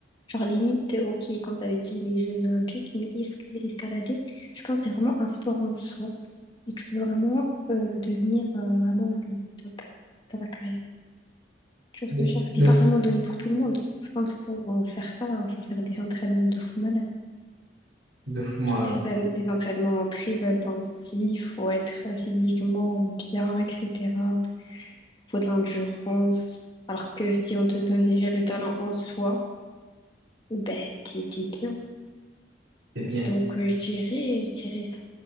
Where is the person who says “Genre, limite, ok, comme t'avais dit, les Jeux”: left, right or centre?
Left